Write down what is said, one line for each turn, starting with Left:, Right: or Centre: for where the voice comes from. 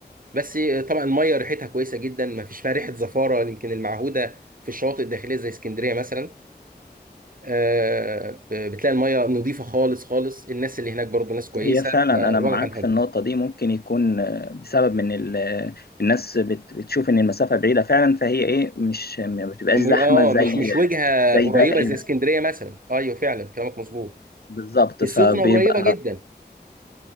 Right: بس طبعا الميه ريحتها كويسه جدا ما فيش فيها ريحه زفاره يمكن المعهوده في الشواطئ الداخليه زي اسكندريه مثلا آه، ب- بتلاقي الميه نظيفه خالص خالص الناس اللي هناك برضو ناس كويسه
Left: هي فعلا
Right: فالوضع
Left: انا معاك
Right: كان حلو
Left: في النقطه دي ممكن يكون بسبب من ال- الناس بت- بتشوف ان المسافه بعيده فعلا فهي ايه مش ما بتبقاش
Right: اما
Left: زحمه
Right: اه
Left: زي
Right: مش مش وجهه
Left: زي
Right: قريبه
Left: باقي
Right: زي
Left: ال-
Right: اسكندريه مثلا ايوه فعلا كلامك مظبوط
Left: بالظبط
Right: السخنه
Left: فبيبقى
Right: قريبه جدا